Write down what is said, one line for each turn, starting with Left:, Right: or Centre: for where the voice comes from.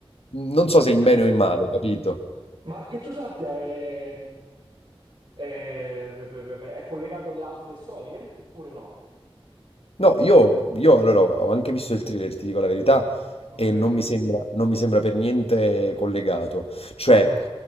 Left: Non so se
Right: Ok.
Left: in bene o in male, capito?
Right: Ma che tu sappia, è, è, beh, beh, beh, beh, è collegato alle altre storie, oppure no?
Left: No, io, io allora ho anche visto il thriller, ti dico la verità,
Right: Ok.
Left: e non mi sembra, non mi sembra per niente collegato. Cioè,
Right: Ah.